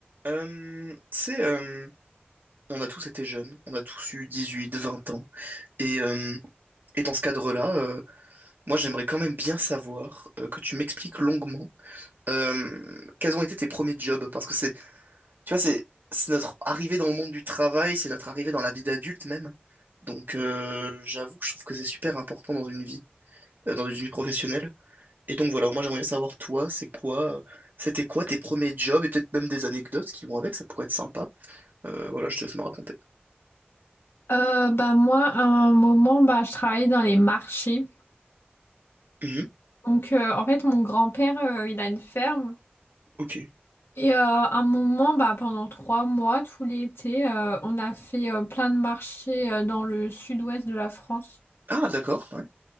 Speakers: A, on the right (about 55°); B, on the left (about 80°).
A: Euh, tu sais, euh, on a tous été jeunes, on a tous eu 18, 20 ans. Et, euh, et dans ce cadre-là, euh, moi j'aimerais quand même bien savoir euh, que tu m'expliques longuement euh, quels ont été tes premiers jobs. Parce que c'est, tu vois, c'est c'est notre arrivée dans le monde du travail, c'est notre arrivée dans la vie d'adulte même. Donc euh, j'avoue que je trouve que c'est super important dans une vie, euh, dans une vie professionnelle. Et donc voilà, moi j'aimerais bien savoir toi, c'est quoi, euh, c'était quoi tes premiers jobs et peut-être même des anecdotes qui vont avec, ça pourrait être sympa. Euh, voilà, je te laisse me raconter.
B: Euh, bah moi, à un moment, bah, je travaillais dans les marchés.
A: Mhm,
B: Donc, euh, en fait, mon grand-père, euh, il a une ferme.
A: ok.
B: Et euh, à un moment, bah, pendant trois mois, tout l'été, euh, on a fait euh, plein de marchés euh, dans le sud-ouest de la France.
A: Ah, d'accord, ouais.